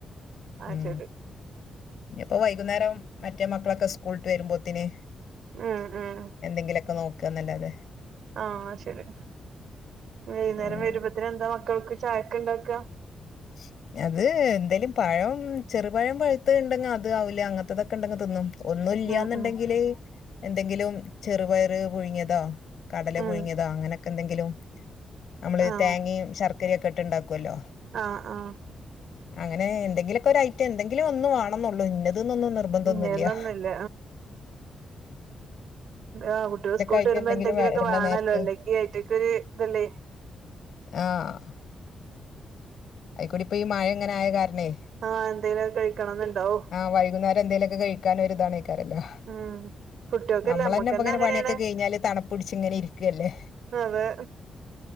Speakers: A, on the right; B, on the left.
A: ആഹ്
B: ഉം
A: ശരി
B: ഇഞ് ഇയിപ്പോ വൈകുന്നേരം മറ്റേ മക്കളൊക്കെ സ്കൂളിട്ട് വരുമ്പോത്തിന്
A: ആഹ് ആഹ്
B: എന്തെങ്കിലുമൊക്കെ നോക്ക എന്നല്ലാതെ
A: ആഹ് ശരി വൈകുന്നേരം
B: ഉം
A: വരുമ്പോത്തനന് എന്താ മക്കൾക്ക് ചായക്ക് ഉണ്ടാക്കുക
B: ശരി അത് എന്തെലും പഴം ചെറുപഴം പഴത്ത ഇണ്ടെങ്കിൽ അത് അവില് അങ്ങനത്തെതൊക്കെ ഉണ്ടെങ്കിൽ തിന്നും ഒന്നും ഇല്ലന്നുണ്ടെങ്കില്
A: ഉം ഉം
B: എന്തെങ്കിലും ചെറുപയറ് പുഴിഞ്ഞിയതെ കടല
A: ഉം
B: പുഴുങ്ങിയതോ അങ്ങനൊക്കെ എന്തെങ്കിലും നമ്മള്
A: ആഹ്
B: തേങ്ങയും ശർ ര ഒക്കെ ഇട്ട് ഇണ്ടാക്കല്ലോ
A: ആഹ് ആഹ്
B: അങ്ങനെ എന്തെങ്കിലൊക്കെ ഒരു ഐറ്റം എന്തെങ്കിലും ഒന്ന് വാണം എന്നള്ളു ഇന്ന അതൊന്നൊന്നും നിർബന്ധം ഒന്നുമില്ല
A: ഇന്നേന്നൊന്നുല്ല ആ കുട്ടികൾ സ്കൂളട്ട്
B: ആയിട്ട്
A: വരുമ്പോ
B: എന്തെങ്കിലും
A: എന്തെങ്കിലുമൊക്കെ
B: വര്ണ
A: വേണമല്ലോ
B: നേരത്ത്
A: അല്ലെങ്കി അയിറ്റക്കൊ ഒരു ഇതല്ലേ
B: ആഹ് അയിക്കൂടി ഇപ്പൊ ഈ മഴ എങ്ങനെ ആയ കാരണേ
A: ആഹ് എന്തേലും കഴിക്കണംന്നുണ്ടാവും
B: ആ വൈകുന്നേരം എന്തേലൊക്കെ കഴിക്കാൻ ഒരു ഇതാണ് ആയ്ക്കാരല്ലോ
A: ഉം കുട്ടികൾക്കല്ല
B: നമ്മള്
A: നമ്മക്കന്നെ
B: തന്നെ ഇപ്പ ഇങ്ങനെ
A: അങ്ങനെയാണ്
B: പണിയൊക്കെ കഴിഞ്ഞാല് തണുപ്പ് പിടിച്ച് ഇങ്ങനെ ഇരിക്കുവല്ലേ
A: അതെ